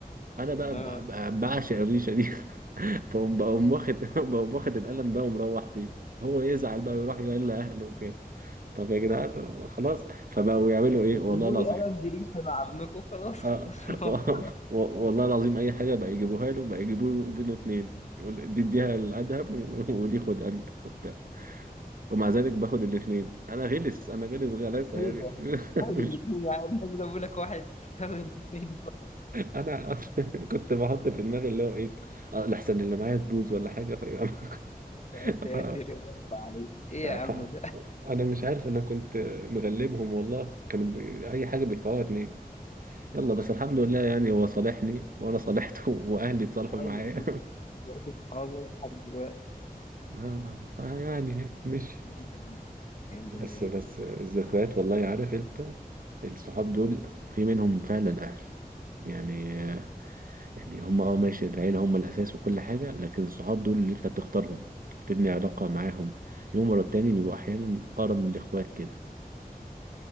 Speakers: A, on the right; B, on the left.
A: انا بقى
B: اه
A: ب- ب- بعشق الريشه دي <laughs> فقوم بقوم واخد <laughs> بقوم واخد القلم ده ومروح بيه هو يزعل بقى ويروح يقول لاهله وكده طب يا جدعان خلاص فبقوا يعملوا ايه
B: ما
A: والله
B: تجيبوا
A: العظيم
B: لي قلم بريشة مع ابنكم خلاص خلاص
A: اه <laughs>
B: الموضوع
A: و- و- والله العظيم اي حاجه بقى يجيبوها له بقى يجيبوا له بينه اتنين يقول دي اديها لادهم <laughs> ودي خد انت وبتاع ومع ذلك باخد الاثنين انا غلس انا غلس غلاسه
B: ايه
A: يعني
B: ده؟
A: <laughs>
B: واحد
A: مش
B: الاثنين يا عم الناس جابوا لك واحد تساوي الاثنين برضه
A: انا أصلاً كنت بحط في دماغي اللي هو ايه آه، لحسن اللي معايا تبوظ ولا حاجه فيبقى
B: يا
A: <laughs>
B: ساتر
A: ف...
B: يا رب عليك
A: ف...
B: ايه يا
A: ف...
B: عم ده؟
A: انا مش عارف انا كنت مغلبهم والله كانوا بي... اي حاجه بيدفعوها اتنين يلا بس الحمد لله يعني هو صالحني وانا صالحته <laughs> واهلي اتصالحوا
B: طيب
A: معايا
B: جدا
A: <laughs>
B: بقيت اصحابه لحد دلوقتي
A: آه، فيعني مشيت
B: ايام جميلة ايام جميلة
A: بس
B: جدا
A: بس الذكريات والله عارف انت الصحاب دول في منهم فعلا أهل يعني يعني هم اه ماشي العيلة هم الأساس وكل حاجة لكن الصحاب دول اللي أنت بتختارهم بتبني علاقة معاهم يوم ورا التاني بيبقوا أحيانا أقرب من الإخوات كده